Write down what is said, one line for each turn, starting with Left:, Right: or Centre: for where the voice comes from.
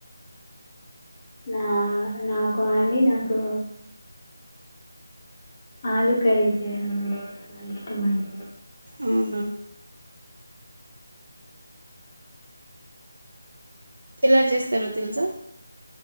Left: నా నాకు ఆడి నాకు ఆలు కర్రీ చేయడం అండి చాలా ఇష్టం అండి
Right: అవును ఎలా చేస్తారో తెలుసా